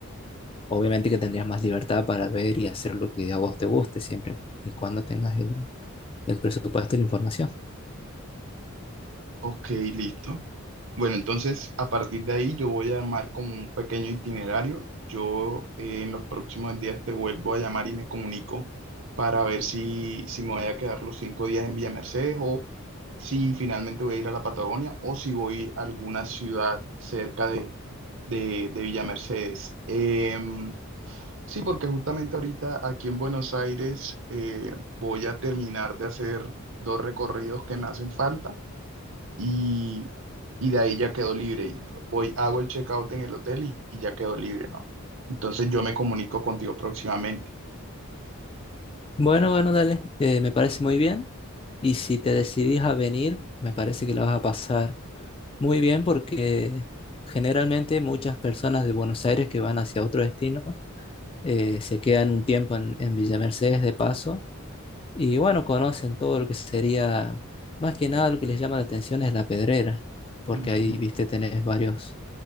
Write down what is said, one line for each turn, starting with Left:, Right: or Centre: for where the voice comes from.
Left: obviamente que tendrías más libertad para ver y hacer lo que a vos te guste siempre y cuando tengas el, el presupuesto y la información.
Right: Ok, listo. Bueno, entonces a partir de ahí yo voy a armar como un pequeño itinerario. Yo eh, en los próximos días te vuelvo a llamar y me comunico para ver si, si me voy a quedar los cinco días en Villa Mercedes o si finalmente voy a ir a la Patagonia o si voy a alguna ciudad cerca de, de, de Villa Mercedes. Em, sí, porque justamente ahorita aquí en Buenos Aires eh, voy a terminar de hacer dos recorridos que me hacen falta y, y de ahí ya quedo libre. Y pues voy, hago el checkout en el hotel y, y ya quedo libre, ¿no? Entonces yo me comunico contigo próximamente.
Left: Bueno, bueno, dale, eh, me parece muy bien. Y si te decidís a venir, me parece que la vas a pasar muy bien porque generalmente muchas personas de Buenos Aires que van hacia otro destino eh, se quedan un tiempo en, en Villa Mercedes de paso y bueno, conocen todo lo que sería, más que nada lo que les llama la atención es la Pedrera, porque
Right: Ujú.
Left: ahí, viste, tenés varios,